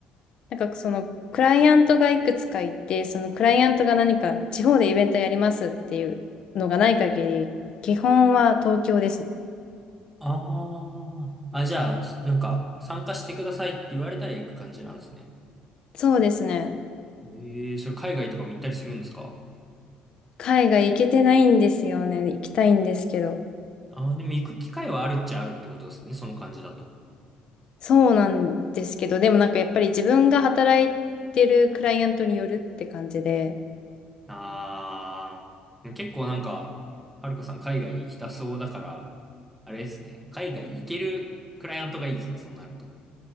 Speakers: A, on the left; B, in the centre.
A: なんかその、クライアントがいくつかいて、そのクライアントが何か地方でイベントやりますっていうのがない限り、基本は東京ですね。
B: ああ、あ、じゃあ、なんか、参加してくださいって言われたら行く感じなんですね。
A: そうですね。
B: ええそれ海外とかも行ったりするんですか
A: 海外行けてないんですよね。行きたいんですけど。
B: ああ、でも行く機会はあるっちゃあるってことですね。その感じだと。
A: そうなんですけど、でもなんかやっぱり自分が働いてるクライアントによるって感じで。
B: ああ、結構なんか、はるかさん海外行きたそうだから、あれですね。海外行けるクライアントがいいですね。そうなると。